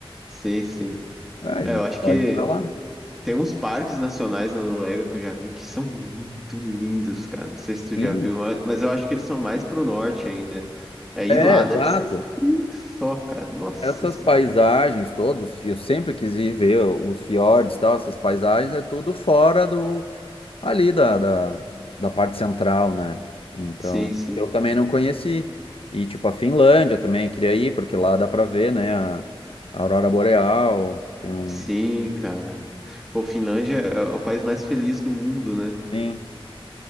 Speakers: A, in the centre; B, on the left (about 70°).
A: Sim, sim.
B: Ah, gente,
A: É, eu acho
B: pode
A: que
B: ir pra lá.
A: tem uns parques nacionais na Noruega que eu já vi que são muito lindos, cara. Não sei se
B: Sim.
A: tu já viu, mas mas eu acho que eles são mais pro norte ainda. É, e
B: É,
A: lá
B: exato.
A: deve ser frio que só, cara. Nossa
B: Essas
A: Senhora.
B: paisagens todos, eu sempre quis ir ver os fiordes e tal, essas paisagens é tudo fora do ali da, da, da parte central, né? Então,
A: Sim, sim.
B: eu também não conheci. E tipo a Finlândia também queria ir, porque lá dá pra ver, né, a, a aurora boreal, tem um
A: Sim, cara. Pô, Finlândia é o país mais feliz do mundo, né?
B: Sim.